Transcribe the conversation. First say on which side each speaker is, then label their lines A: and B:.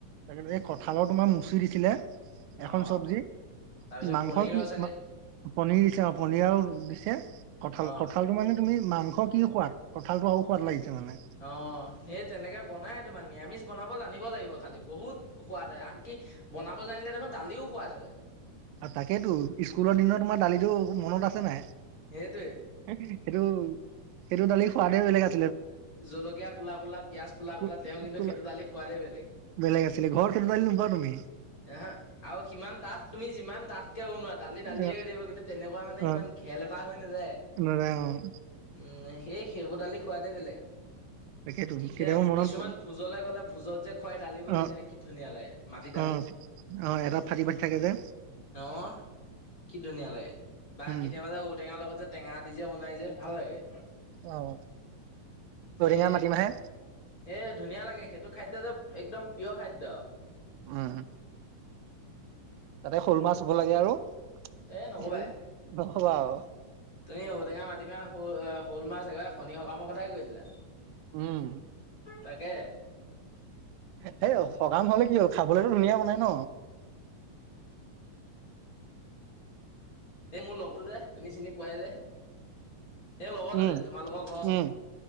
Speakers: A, on the right; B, on the left.
A: তাক এই কঁঠালৰ তোমাৰ মুচি দিছিলে, এখন
B: অ'
A: চবজি। কি
B: তাৰপিছত
A: মাংস
B: পনীৰৰ
A: কি
B: চাগে
A: পনিৰ দিছে অ পনীৰও দিছে, কঠাল
B: অ'।
A: কঠালটো মানে তুমি মাংস কি খোৱাত কঠালটো আৰু সোৱাদ লাগিছে। মানে
B: অ সেই তেনেকে বনাই তোমাৰ নিৰামিষ বনাব জানিব লাগিব। খালী বহুত সোৱাদ হয় আনকি বনাব জানিলে দেখোন দালিও সোৱাদ হয়।
A: তাকেইেতো স্কুলৰ দিনত তোমাৰ দালিটো মনত আছে নাই
B: সেইটোৱে
A: সেইটো সেইটো দালি সোৱাদে বেলেগ আছে
B: জলকীয়া ক'লা ক'লা, পিয়াঁয় ক'লা
A: কো-
B: কলা, তেওঁ কিন্তু
A: কোলা-
B: সেইটো দালি সোৱাদেই বেলেগ
A: বেলেগ আছিলে ঘৰতে তুমি
B: এ হা আৰু সিমান তাত তুমি ইমান ডাঠকে বনোৱা দালি দালিয়ে
A: অ',
B: হৈ দিব কিন্তু তেনেকুৱা মানে
A: অ',
B: ইমান ঘেল এটা হৈ নাযায়।
A: নৰে অ',
B: উম সেই সেইবোৰ দালি সোৱাদে বেলেগ
A: তাকেইতো
B: এতিয়া
A: কেতিয়াবা মনত
B: কিছুমান
A: পৰে।
B: ভোজলে গ'লে ভোজত যে খুৱাই দালিবোৰ দেছে
A: অ',
B: ন কি ধুনীয়া লাগে মাটি দালি
A: অ অ এটা ফাটি ফাটি থাকে যে
B: অ কি ধুনীয়া লাগে বা
A: উম।
B: কেতিয়াবা যে ঔটেঙাৰ লগত যে টেঙা দি যে বনাই যে ভাল লাগে
A: অ', ঔটেঙা
B: এ
A: মাটিমাহে
B: এ ধুনীয়া লাগে সেইটো খাদ্য যে একদম পিয়ৰ খাদ্য
A: উম তাতে শ'ল মাছ হব লাগে আৰু
B: এ নকবাই
A: সেই নকবা আৰু
B: তুমি ঔটেঙা মাটিমাহ সৰু আহ ফুল মাছ একেবাৰে শনি সকামৰ কথাই কৈ দিলা
A: উম,
B: তাকে
A: হে সকাম হলে কিয় খাবলেতো ধুনীয়া বনাই ন
B: এই মোৰ লগৰ যে তুমি চিনি পোৱাই যে এই লগত
A: উম,
B: যে তোমালোকৰ ঘৰৰ ওচৰৰ
A: উম।